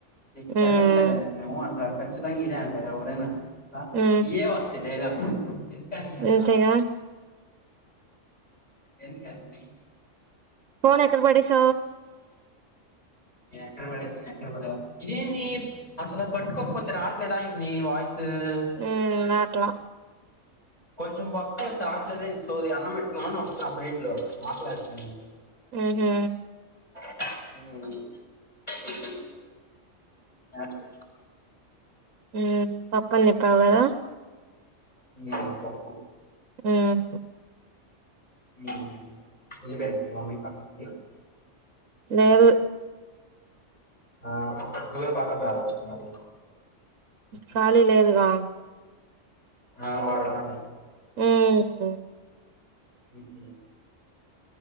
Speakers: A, on the left; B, on the right.
A: నీకు
B: ఉమ్
A: పెట్టట్లేద యనము ఖచ్చితంగా ఇదే అంటారు ఎవరేనా ా
B: ఉమ్
A: ఇడే వస్తయ్ డైలాగ్స్ ఏంద్ కని అట్లా
B: అంతేగా
A: ఎంత కాడితివి
B: పోలేక్ క్క పడే స
A: నేను ఎక్కడ పడేసాను ఎక్కడ పడదా ఇదేంది అసలు పట్టుకోకపోతే రావట్లేదా నీ వాయిస్ స
B: ఉమ్ రాట్లా
A: కొంచెం పొత్తం అంత ఆట్లేదే సోది అన్నమ్ పెట్కున్నా ప్లేట్ ఆకలేస్తుంది
B: ఉహు
A: ఉ
B: ఉమ్ పప్పు అని చెప్పావు కదా
A: ఉమ్ పప్
B: ఉమ్
A: ఉమ్ వెలిపో మమ్మీ పక్కకి
B: లేదు
A: ఆ పక్క బాగొట్టారు బారుచ్చ మరి
B: ఖాళీ లేదుగా
A: ఆ వా హ
B: ఊహు
A: ఇంతే